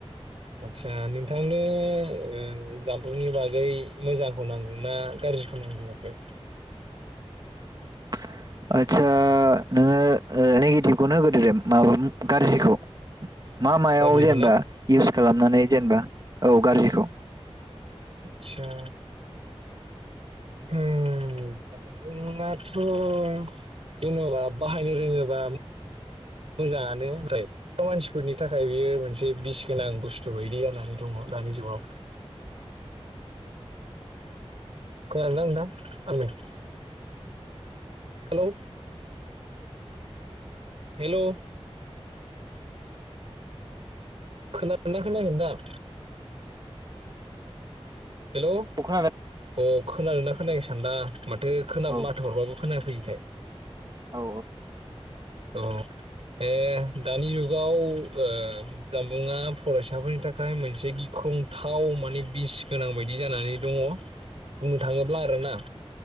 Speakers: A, on the right (about 65°); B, on the right (about 40°).
A: आदसा नोंथांनो ओ जामबुंनि बागै मोजांखौ नांगौना गारजिखौ होननांगौ जाखो?
B: <inaudible> आदसा नोङो ओ निगेटिव खौनो होग्रोदोदे माबा गारजिखौ। मा मायाव
A: गाज्रिखौ
B: जेनेबा
A: ना
B: इउस खालामनानै जेनेबा औ गारजिखौ।
A: आतसा हम जामबुंआथ' जेन'बा बाहायनो रोङोबा मोजाङानो होनलाय। थ' मानसिफोरनि थाखाय बियो मोनसे बिस गोनां बुस्थु बायदि जानानै दङ दानि जुगाव। खोनादोंना नोंथां ओं नै हेलौ हेलौ खोनादों ना खोनायाखै नोथां? हेलौ
B: औ खोनादों।
A: अ खोनादों ना खोनायाखै सानदां माथो खोना
B: औ
A: माथोहरबाबो खोनाफैयिखाय।
B: औ
A: औ ए दानि जुगाव ओ जानबुङा फरायसाफोरनि थाखाय मोनसे गि ख्रंथाव माने बिस गोनां बायदि जानानै दङ बुंनो थाङोब्ला आरोना।